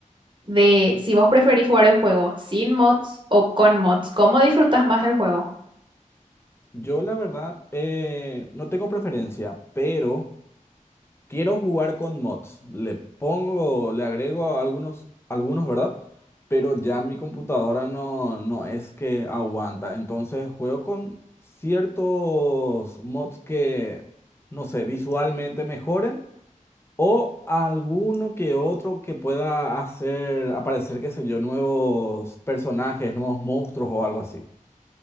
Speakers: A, on the right; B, on the left.
A: de si vos preferís jugar el juego sin mods o con mods, ¿cómo disfrutás más el juego?
B: Yo la verdad eh, no tengo preferencia, pero quiero jugar con mods. Le pongo, le agrego algunos, algunos, ¿verdad? Pero ya mi computadora no, no es que aguanta. Entonces juego con ciertos mods que, no sé, visualmente mejoren O alguno que otro que pueda hacer aparecer, qué sé yo, nuevos personajes, nuevos monstruos o algo así.